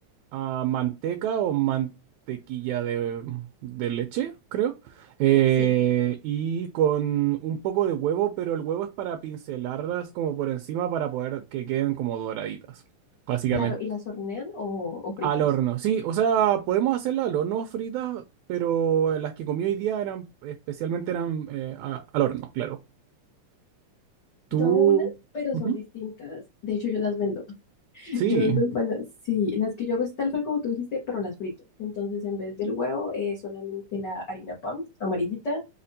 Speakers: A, on the right; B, on the left.
A: ah, manteca o mantequilla de, de leche, creo. eh,
B: Sí.
A: y con un poco de huevo, pero el huevo es para pincelarlas como por encima para poder que queden como doraditas, básicamente.
B: Claro, ¿y las hornean o, o fritas?
A: Al horno, sí, o sea, podemos hacerlas al horno fritas, pero las que comí hoy día eran, especialmente eran eh, a- al horno, claro. Tú...
B: Yo hago unas, pero
A: ujú,
B: son distintas. De hecho, yo las vendo.
A: Sí.
B: Yo ando empanadas, sí, las que yo hago es tal cual como tú dijiste, pero las frito. Entonces, en vez del huevo, eh, solamente la harina pan amarillita,